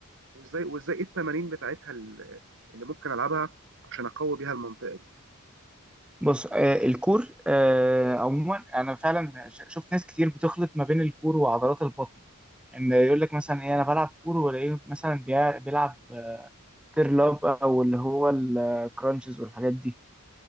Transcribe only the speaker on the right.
وازاي وازاي ايه التمارين بتاعتها ال- اللي ممكن العبها عشان اقوي بيها المنطقه دي